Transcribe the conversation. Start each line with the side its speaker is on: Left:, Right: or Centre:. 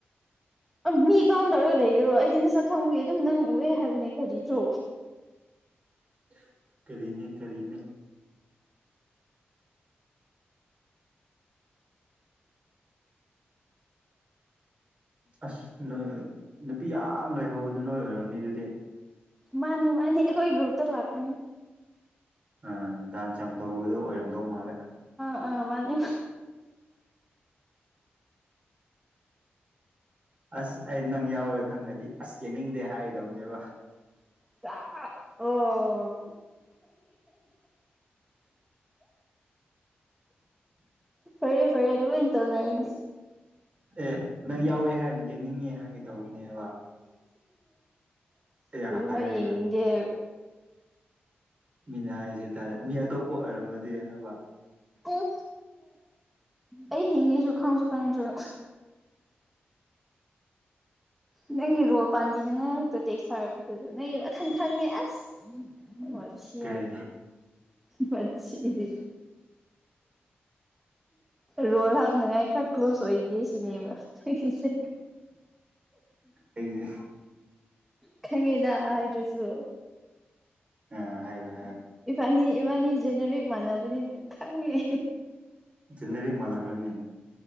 Centre: ꯃꯤ ꯀꯥꯎꯗꯧꯔꯒ ꯂꯩꯒꯔꯣ ꯑꯩꯗꯤ ꯅꯁꯛ ꯈꯪꯉꯨꯏꯦ ꯑꯗꯨꯝ ꯅꯪ ꯎꯑꯦ ꯍꯥꯏꯕꯅꯦ ꯈꯣꯖꯤꯁꯨ
Right: <inaudible> ꯀꯔꯤꯅꯦ ꯀꯔꯤꯅꯦ ꯑꯁ ꯅꯣꯏ ꯅꯨꯄꯤ ꯌꯥꯝ ꯂꯩꯍꯧꯕꯗꯣ ꯅꯣꯏ ꯑꯣꯏꯝꯅꯤ ꯑꯗꯨꯗꯤ
Centre: ꯃꯥꯅꯤ ꯃꯥꯅꯤ ꯑꯩꯈꯣꯏ ꯒ꯭ꯔꯨꯞꯇ ꯂꯥꯛꯄꯅꯤ
Right: ꯑꯥ ꯗꯥꯟꯁ ꯌꯥꯝ ꯇꯧꯕꯗꯣ ꯑꯣꯏꯔꯝꯗꯧ ꯃꯥꯜꯂꯦ
Centre: ꯑ ꯃꯥꯅꯤ
Right: ꯑꯁ ꯑꯩ ꯅꯪ ꯌꯥꯎꯔꯦ ꯈꯪꯉꯗꯤ ꯑꯁ ꯌꯦꯡꯅꯤꯡꯗꯦ ꯍꯥꯏꯔꯤꯗꯧꯅꯦꯕ
Centre: ꯁꯥ ꯑꯣ ꯐꯔꯦ ꯐꯔꯦ ꯑꯗꯨ ꯑꯣꯏꯅ ꯇꯧꯅꯔꯅꯤ
Right: ꯑꯦ ꯅꯪ ꯌꯥꯎꯋꯦ ꯍꯥꯏꯔꯗꯤ ꯌꯦꯡꯅꯤꯡꯉꯦ ꯍꯥꯏꯒꯦ ꯇꯧꯕꯅꯦꯕ ꯑꯦ ꯍꯥꯏꯔꯒ
Centre: ꯃꯥ ꯌꯦꯅꯤꯗꯦ
Right: ꯃꯤꯅ ꯍꯥꯏꯔꯤꯁꯦ ꯍꯥꯏꯇꯥꯔꯦ ꯃꯤ ꯑꯇꯣꯞꯄ ꯑꯣꯏꯔꯝꯃꯗꯤ ꯍꯥꯏꯕ
Centre: ꯎꯝ ꯑꯩ ꯍꯤꯡꯉꯤꯁꯨ ꯈꯪꯁꯨ ꯈꯪꯉꯁꯨ <inaudible> ꯅꯪꯒꯤ ꯔꯣꯜ ꯄꯥꯟꯕꯤꯅꯉ ꯇꯣ ꯇꯦꯛ ꯁꯥꯔꯛꯄꯗꯨꯗ ꯅꯪ ꯋꯥꯈꯟ ꯈꯪꯉꯦ ꯑꯁ ꯄꯁꯤ
Right: ꯀꯔꯤ
Centre: ꯄꯁꯤꯗꯤ ꯔꯣꯜ ꯍꯥꯞꯅꯉꯥꯏ ꯈꯔ ꯀ꯭ꯂꯨꯖ ꯑꯣꯏꯒꯦ ꯁꯤꯅꯦꯕ ꯑꯩꯁꯦ
Right: ꯑꯩꯁꯦ
Centre: ꯈꯪꯉꯦꯗ ꯍꯥꯏꯗꯨꯁꯨ
Right: ꯑ ꯍꯥꯏꯌ
Centre: ꯏꯕꯥꯅꯤ ꯏꯕꯥꯅꯤ ꯖꯦꯅꯔꯤꯛ ꯃꯥꯟꯅꯕꯅꯤꯅ ꯈꯪꯉꯦ
Right: ꯟꯅꯔꯤ ꯃꯥꯅꯅꯕ ꯑꯣꯏꯅ